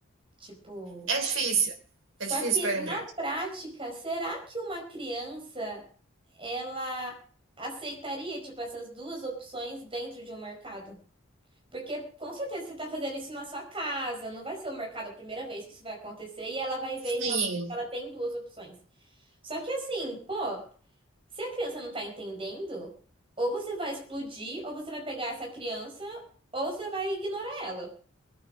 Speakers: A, on the right (about 25°); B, on the right (about 65°).
A: Tipo,
B: É difícil.
A: só
B: É difícil
A: que
B: pôr
A: na
B: em prática.
A: prática, será que uma criança ela aceitaria, tipo, essas duas opções dentro de um mercado? Porque com certeza você está fazendo isso na sua casa, não vai ser o mercado a primeira vez que isso vai acontecer e ela vai ver
B: Sim,
A: realmente que ela tem duas opções. Só que assim, pô, se a criança não tá entendendo, ou você vai explodir, ou você vai pegar essa criança, ou você vai ignorar ela.